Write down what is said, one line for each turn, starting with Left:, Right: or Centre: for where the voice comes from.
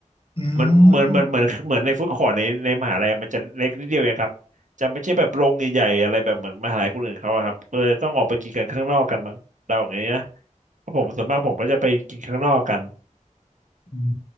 Left: อื
Right: เหมือนเหมือนเหมือนเหมือนเหมือนในฟู้ดคอร์
Left: ม
Right: t ในในมหาลัยมันจะเล็กนิดเดียวเองครับจะไม่ใช่แบบโรงใหญ่ๆอะไรแบบเหมือนมหาลัยคนอื่นเขาอะครับก็เลยต้องออกไปกินกันข้างนอกกันมั้งเราอย่างนี้นะเพราะผมส่วนมากผมก็จะไปกินข้างนอกกัน
Left: อืม